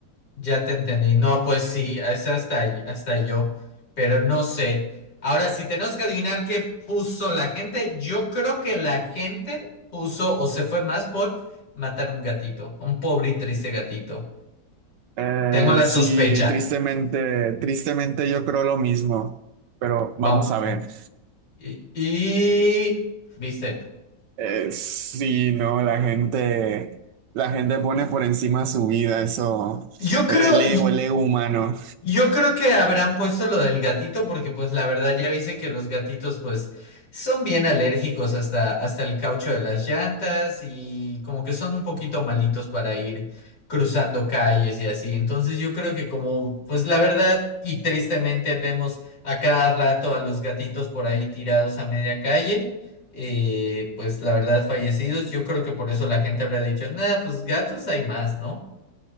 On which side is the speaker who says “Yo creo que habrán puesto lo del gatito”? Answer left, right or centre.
Left